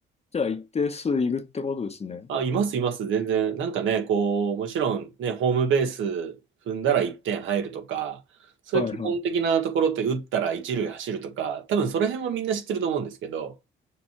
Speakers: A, on the left (about 30°); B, on the right (about 80°).
A: じゃあ一定数いるってことですね。
B: あ、います、います、全然。なんかね、こう、もちろんね、ホームベース踏んだら1点入るとか、そういう基本的なところって打ったら1塁走るとか、
A: はいはい。
B: 多分その辺はみんな知ってると思うんですけど、